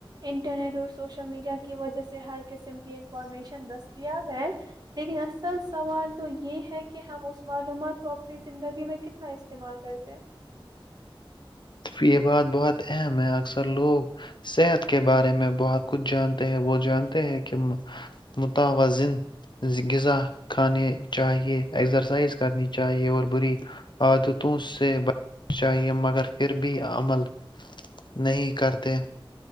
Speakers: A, on the right; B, on the left.
A: انٹرنیٹ اور سوشل میڈیا کی وجہ سے ہر قسم کی انفارمیشن دستیاب ہے لیکن اصل سوال تو یہ ہے کہ کہ ہم اس معلومات کو اپنی زندگی میں کتنا استعمال کرتے
B: یہ بات بہت اہم ہے اکثر لوگ صحت کے بارے میں بہت کچھ جانتے ہیں وہ جانتے ہیں کہ متوازن غذا کھانے چاہیے اکسرسائز کرنی چاہیے اور بری عادت تو اس سے چاہیے مگر پھر بھی عمل نہیں کرتے